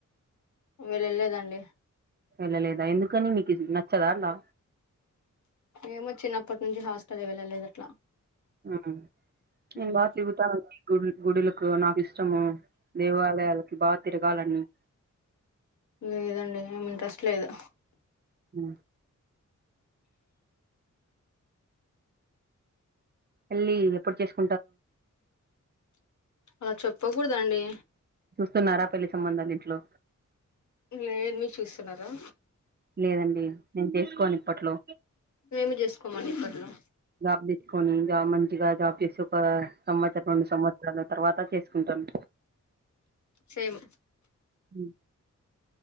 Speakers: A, on the left; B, on the right.
A: వెళ్లేదండి
B: వెళ్ళలేదా ఎందుకని మీకు నచ్చదా అలా
A: ఏమో చిన్నప్పటి నుంచి హాస్టల్ వెళ్ళలేదు అట్లా
B: ఆ నేను
A: ఉమ్
B: బాగా తిరుగుతాను గుడు గుడులకు నాకు ఇష్టము దేవాలయాలకి బాగా తిరగాలని ఉ
A: లేదండి ఏమి ఇంట్రెస్ట్ లేదు
B: ఆ పెళ్లి ఎప్పుడు చేసుకుంటారు
A: అలా చెప్పకూడదండి
B: చూస్తున్నారా పెళ్లి సంబంధాలు ఇంట్లో
A: లేదు మీ చూస్తున్నారా
B: లేదండి నేను చేసుకోను ఇప్పట్లో
A: మేము చేసుకోమండి ఇప్పట్లో
B: జాబ్ చూసుకుని జాబ్ మంచిగా జాబ్ చేసి ఒక సంవత్సరం రెండు సంవత్సరాల తర్వాత చేసుకుంటాను
A: సేమ్
B: ఉ